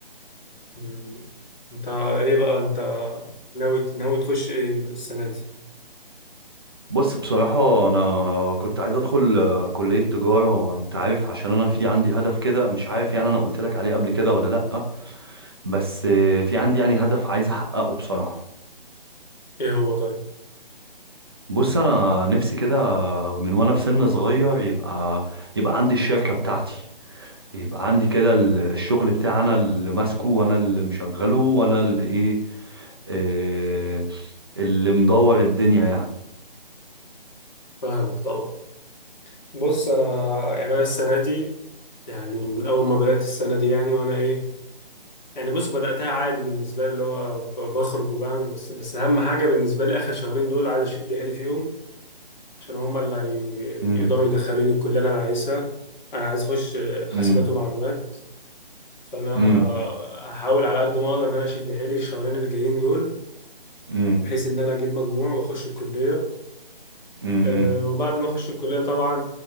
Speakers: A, on the left; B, on the right.
A: مم. انت ايه بقى انت ناوي ناوي تخش ايه السنه دي
B: بص بصراحة انا كنت عايز ادخل آه، كلية تجارة انت عارف عشان انا في عندي هدف كده مش عارف يعني انا قلت لك عليه قبل كده ولا لأ بس آه، في عندي يعني هدف عايز احققه بصراحة
A: ايه هو طيب
B: بص انا نفسي كده من وانا في سن صغير يبقى يبقى عندي الشركة بتاعتي يبقى عندي كده ال- الشغل بتاعي انا اللي ماسكه وانا اللي مشغله وانا اللي ايه آه، اللي مدور الدنيا يعني
A: فاهمك طبعا بص انا يعني انا السنه دي يعني من اول ما بدات السنه دي يعني وانا ايه يعني بص بداتها عادي بالنسبه لي اللي هو ب- بخرج وبعمل بس بس اهم حاجه بالنسبه لي اخر شهرين دول عايز اشد حيلي فيهم عشان هم اللي هي-
B: امم
A: يقدروا يدخلوني الكلية اللي أنا عايزها أنا عايز أخش حاسبات
B: امم
A: ومعلومات فأنا
B: امم
A: هحاول على قد ما أقدر إن أنا أشد حيلي الشهرين الجايين دول
B: امم
A: بحيث إن أنا أجيب مجموع وأخش الكلية
B: امم
A: آه، وبعد ما أخش الكلية طبعا